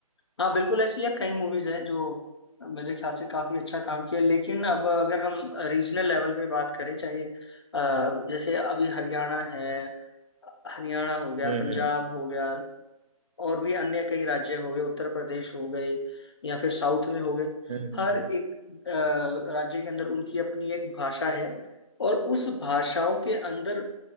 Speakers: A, on the left; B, on the right.
A: हाँ बिल्कुल ऐसी यार कई मूवीज हैं जो मेरे ख्याल से काफी अच्छा काम किया लेकिन अब अगर हम रीजनल लेवल पे बात करें चाहे अ, जैसे अभी हरियाणा है हरियाणा हो गया
B: हम्म
A: पंजाब
B: हम्म
A: हो गया और भी अन्य कई राज्य हो गए उत्तर प्रदेश हो गए या फिर साउथ में हो गए
B: हम्म हम्म, हम्म।
A: हर एक अ, राज्य के अंदर उनकी अपनी एक भाषा है और उस भाषाओं के अंदर